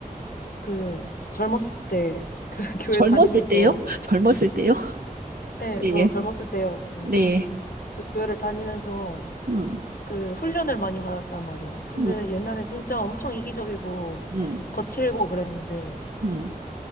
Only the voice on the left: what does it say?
그 젊었을 때, 그 <laughs> 교회
다니면서,
예,
더 젊었을 때요. 예,
그 교회를 다니면서
그 훈련을 많이 받았단 말이야. 근데
옛날에 진짜 엄청 이기적이고
거칠고 그랬는데,